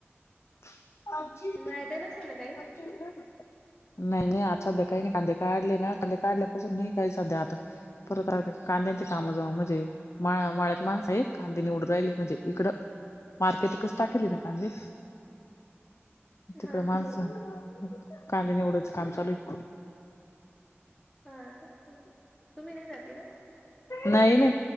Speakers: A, on the left; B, on the left.
A: <unintelligible>
B: मळ्यात नसेल ना काही
A: नाही नाही आज सध्या काही नाही काढले ना काढल्यापासून नाही काही सध्या आता परत आ कांद्यांचे काम जाऊ म्हणजे माळ माळ्यात माणस हायत आणि ते निवडून राहिली म्हणजे इकडं मार्केटच टाकली ना कांदी तिकड
B: हा हा
A: माणसं कांद्या निवडाया च काम चालू आहे.
B: हा का तुम्ही नाही जाते ना
A: नाही नाही